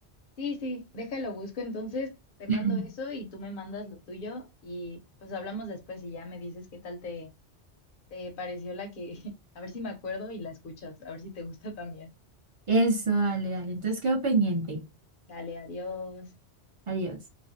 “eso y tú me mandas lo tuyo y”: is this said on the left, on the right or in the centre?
Left